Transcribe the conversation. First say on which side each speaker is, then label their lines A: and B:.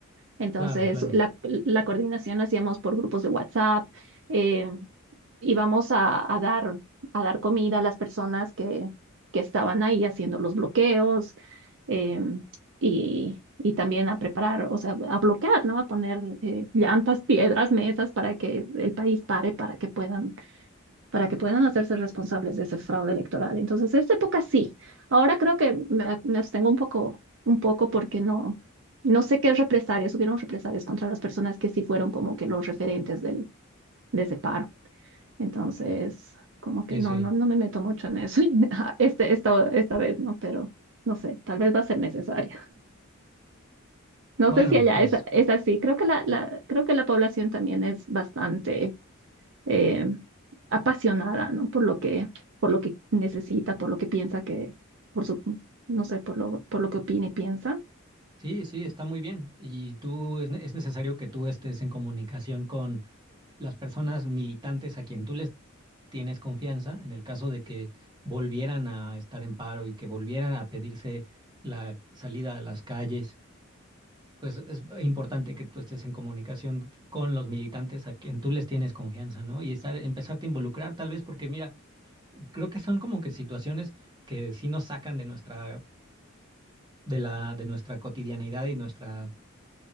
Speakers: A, on the right (about 65°); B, on the right (about 20°).
A: Entonces,
B: claro, claro.
A: la, la coordinación la hacíamos por grupos de WhatsApp, eh, y vamos a, a dar, a dar comida a las personas que, que estaban ahí haciendo los bloqueos em, y, y también a preparar, o sea, a bloquear, ¿no? A poner eh, llantas, piedras, mesas para que el país pare, para que puedan, para que puedan hacerse responsables de ese fraude electoral. Entonces, esta época sí. Ahora creo que me, me abstengo un poco, un poco porque no. No sé qué represalias, hubieron represalias contra las personas que sí fueron como que los referentes del, de ese paro. Entonces, como que
B: Sí,
A: no,
B: sí.
A: no, no me meto mucho en eso. <laughs> Ah, Este, esta, esta vez no, pero no sé, tal vez va a ser necesario. No
B: Bueno,
A: sé si allá
B: pues
A: es, es así. Creo que la, la- creo que la población también es bastante eh, apasionada, ¿no? Por lo que, por lo que necesita, por lo que piensa que, por su, no sé, por lo, por lo que opina y piensa.
B: sí, sí, está muy bien. Y tú, es, ne- es necesario que tú estés en comunicación con las personas militantes a quien tú les tienes confianza en el caso de que volvieran a estar en paro y que volvieran a pedirse la salida a las calles, pues es importante que tú estés en comunicación con los militantes a quien tú les tienes confianza, ¿no? Y estar, empezarte a involucrar tal vez porque mira, creo que son como que situaciones que sí nos sacan de nuestra, de la, de nuestra cotidianidad y nuestra,